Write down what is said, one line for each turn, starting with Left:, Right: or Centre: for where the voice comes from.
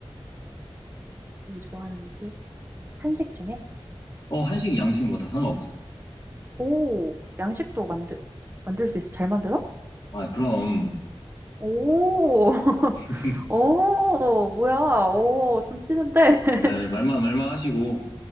Right: 제일 좋아하는 음식? 한식 중에?
Left: 어, 한식, 양식 뭐 다 상관없어.
Right: 오, 양식도 만들, 만들 수 있어. 잘 만들어?
Left: 아, 그럼.
Right: 오, <laughs>
Left: <laughs>
Right: 오, 뭐야. 오, 좀 찌는데? <laughs>
Left: 에, 말만, 말만 하시고,